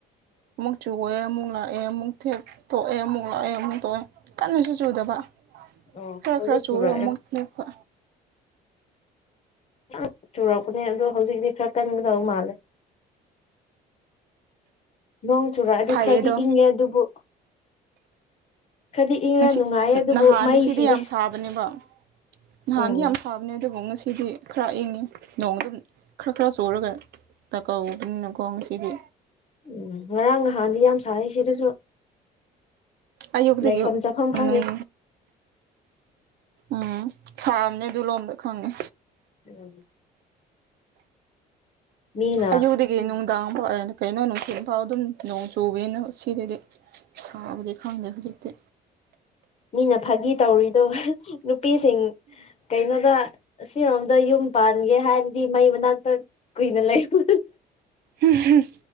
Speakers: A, on the right; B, on the left.
A: ꯑꯃꯨꯛ ꯆꯨꯑꯦ ꯑꯃꯨꯛ ꯂꯥꯛꯑꯦ ꯑꯃꯨꯛ꯫ ꯇꯣꯛꯑꯦ ꯑꯃꯨꯛ ꯂꯣꯛꯑꯦ ꯑꯃꯨꯛ ꯇꯣꯛꯑꯦ ꯀꯟꯅꯁꯨ ꯆꯨꯗꯕ꯫
B: ꯑꯣ
A: ꯈꯔ
B: ꯍꯧꯖꯤꯛ
A: ꯈꯔ ꯆꯨꯔꯒ
B: ꯆꯨꯔꯛꯑꯦ
A: ꯑꯃꯨꯛ ꯂꯦꯞꯄ꯫
B: ꯌꯥꯝ ꯆꯨꯔꯛꯄꯅꯦ ꯑꯗꯨ ꯍꯧꯖꯤꯛꯇꯤ ꯈꯔ ꯀꯟꯒꯗꯕ ꯃꯥꯜꯂꯦ꯫ ꯅꯣꯡ ꯆꯨꯔꯛꯑꯗꯤ
A: ꯐꯩꯌꯦ
B: ꯈꯔꯗꯤ
A: ꯑꯗꯣ
B: ꯏꯪꯉꯦ ꯑꯗꯨꯕꯨ꯫ ꯈꯔꯗꯤ ꯏꯪꯉ
A: ꯉꯁꯤ
B: ꯅꯨꯡꯉꯥꯏ ꯑꯗꯨꯕꯨ
A: ꯅꯍꯥꯟꯗꯤ
B: ꯃꯩꯁꯤꯅꯤ꯫
A: ꯁꯤꯗꯤ ꯌꯥꯝ ꯁꯥꯕꯅꯦꯕ ꯅꯍꯥꯟꯗꯤ
B: ꯑꯣ
A: ꯌꯥꯝ ꯁꯥꯕꯅꯦ ꯑꯗꯨꯕꯨ ꯉꯁꯤꯗꯤ ꯈꯔ ꯏꯪꯉꯤ ꯅꯣꯡ ꯑꯗꯨꯝ ꯈꯔ ꯈꯔ ꯆꯨꯔꯒ꯫ ꯇꯀꯧꯕꯅꯤꯅꯀꯣ ꯉꯁꯤꯗꯤ꯫
B: ꯎꯝ ꯉꯥꯔꯥꯡ ꯍꯥꯟꯗꯤ ꯌꯥꯝ ꯁꯥꯏ ꯁꯤꯗꯁꯨ꯫
A: ꯑꯌꯨꯛꯇꯒꯤ
B: ꯂꯩꯐꯝ ꯆꯥꯐꯝ
A: ꯅꯨꯡ꯫
B: ꯈꯪꯗꯦ
A: ꯎꯝ ꯁꯥꯝꯅꯦ ꯑꯗꯨꯂꯣꯝꯗ ꯈꯪꯉꯦ꯫
B: ꯀꯌꯥꯒꯤ꯫ ꯃꯤꯅ
A: ꯑꯌꯨꯛꯛꯇꯗꯒꯤ ꯅꯨꯪꯗꯥꯡ ꯐꯥꯎ ꯑꯦ ꯀꯩꯅꯣ ꯅꯨꯡꯊꯤꯟꯐꯥꯎ ꯗꯨꯝ ꯅꯣꯡ ꯆꯨꯕꯅꯤꯅ ꯁꯤꯗꯗꯤ꯫ ꯁꯥꯕꯗꯤ ꯈꯪꯗꯦ ꯍꯧꯖꯤꯛꯇꯤ꯫
B: ꯃꯤꯅ ꯐꯥꯒꯤ ꯇꯧꯔꯤꯗꯣ ꯅꯨꯄꯤꯁꯤꯡ ꯀꯩꯅꯣꯗ꯫ ꯑꯁꯤꯔꯣꯝꯗ ꯌꯨꯝ ꯄꯥꯟꯒꯦ ꯍꯥꯏꯔꯗꯤ ꯃꯩ ꯃꯅꯥꯛꯇ ꯀꯨꯏꯅ ꯂꯩꯕ꯫
A: ꯍꯨꯝ꯫